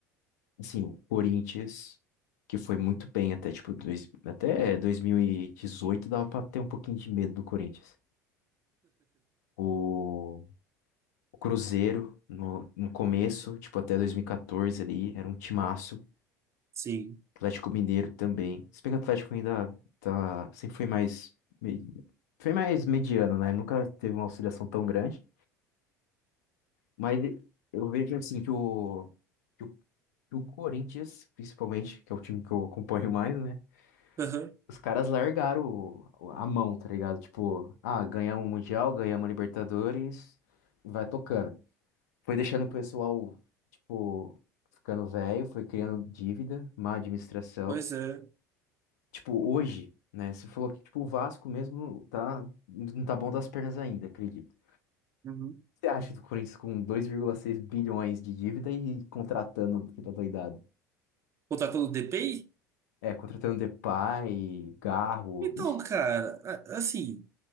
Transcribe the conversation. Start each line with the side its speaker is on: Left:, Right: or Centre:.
Left: assim, o Corinthians, que foi muito bem até, tipo, dois, até 2018 dava pra ter um pouquinho de medo do Corinthians. O, o Cruzeiro, no, no começo, tipo, até 2014 ali, era um timaço.
Right: Sim.
Left: Atlético Mineiro também. Se bem que o Atlético ainda tá, sempre foi mais, me- foi mais mediano, né? Nunca teve uma oscilação tão grande. Mas eu vejo, assim, que o, que o, que o Corinthians, principalmente, que é o time que eu acompanho mais, né?
Right: Aham.
Left: Os caras largaram o- o- a mão, tá ligado? Tipo, ah, ganhamos o Mundial, ganhamos a Libertadores, e vai tocando. Foi deixando o pessoal, tipo, ficando velho, foi criando dívida, má administração.
Right: Pois é.
Left: Tipo, hoje, né? Você falou que, tipo, o Vasco mesmo tá, não tá bom das pernas ainda, acredito. O
Right: Uhum.
Left: que Você acha do Corinthians com 2,6 bilhões de dívida e contratando aquela doidada?
Right: Contratou o DPI?
Left: É, contratando Depay, Garro.
Right: Então,
Left: Ixi,
Right: cara, a- assim,